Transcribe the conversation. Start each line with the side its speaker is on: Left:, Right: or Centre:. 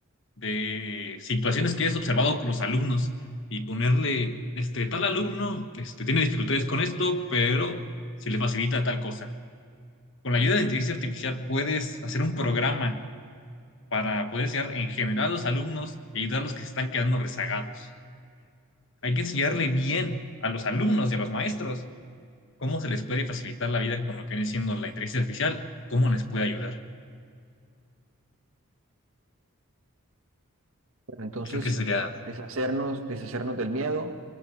Left: de situaciones que hayas observado con los alumnos y ponerle, este, tal alumno, este, tiene dificultades con esto, pero se le facilita tal cosa. Con la ayuda de inteligencia artificial puedes hacer un programa para poder enseñar en general a los alumnos y ayudar a los que se están quedando rezagados. Hay que enseñarle bien a los alumnos y a los maestros cómo se les puede facilitar la vida con lo que viene siendo la inteligencia artificial, cómo les puede ayudar.
Right: entonces,
Left: Creo que sería,
Right: deshacernos, deshacernos del miedo,